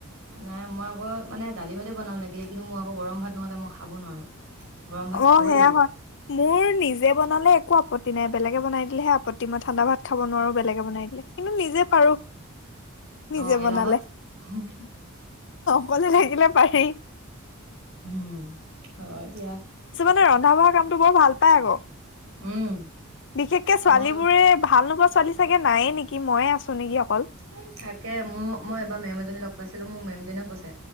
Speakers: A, on the right; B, on the left.
A: নাই মই আকৌ মানে দালি ভাজি বনাম লাগিলে কিন্তু মই আকৌ গৰম ভাত নহ'লে মই খাব নোৱাৰো। গৰম ভাত
B: অহ,
A: খাবই
B: সেয়া
A: লাগিব
B: হয় মোৰ নিজে বনালে একো আপত্তি নাই। বেলেগে বনাই দিলেহে আপত্তি মত ঠাণ্ডা ভাত খাব নোৱাৰো বেলেগে বনাই দিলে কিন্তু নিজে পাৰো। নিজে
A: অহ, এলাহত।
B: বনালে
A: হুম
B: অকলে থাকিলে পাৰি
A: উম, হয় দিয়া।
B: ৰন্ধা-বঢ়া কামটো বৰ ভাল পাই আকৌ
A: উম,
B: বিশেষকে ছোৱালীবোৰে
A: মই
B: ভাল নোপোৱা ছোৱালী চাগে নায়ে নেকি মইয়ে আছো নেকি অকল
A: এই থাকে মোৰ মই এবাৰ মেম এজনী লগ পাইছিলো <unintelligible> মোৰ মেমজনে কৈছে